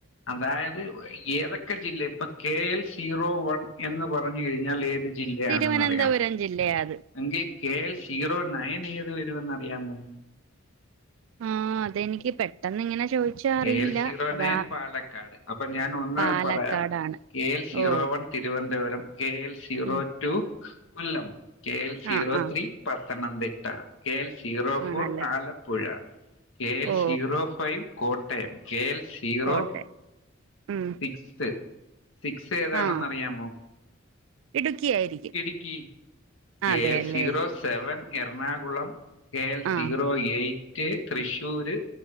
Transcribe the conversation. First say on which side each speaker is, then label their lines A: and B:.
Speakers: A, on the left; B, on the right.
A: അതായത് ഏതൊക്കെ ജില്ല ഇപ്പൊ കെ എൽ സീറോ വൺ എന്ന് പറഞ്ഞു കഴിഞ്ഞാൽ ഏത് ജി ജില്ലയാണെന്നറിയാം
B: തിരുവനന്തപുരം ജില്ലയാ അത്
A: എങ്കിൽ കെ എൽ സീറോ നയൺ എത് ജി അത് വരുമെന്ന് അറിയാമോ
B: ആ അതെനിക്ക് പെട്ടെന്ന് ഇങ്ങനെ ചോദിച്ചാ
A: കെ
B: അറിയില്ല
A: എൽ സീറോ
B: അതാ
A: നയൺ പാലക്കാട് അപ്പൊ ഞാൻ ഒന്ന്
B: പാലക്കാടാണ്
A: പറയാം കെ എൽ zero
B: ഓ
A: one Thiruvananthapuram K L zero
B: ഉം
A: two Kollam K L സീറോ
B: ആ ആ
A: three Pathanamthitta K L zero
B: ആണല്ലേ
A: four ആലപ്പുഴ കെ എൽ
B: ഓ
A: zero five Kottayam K L zero
B: കോട്ടെ ഉം
A: സിക്സ് സിക്സ് ഏതാണെന്ന്
B: ആ
A: അറിയാമോ
B: ഇടുക്കി ആയിരിക്കും
A: ഇടുക്കി
B: അതെല്ലേ
A: കെ ഏൽ zero seven Ernakulam K L
B: ആഹ്
A: zero eight Thrissur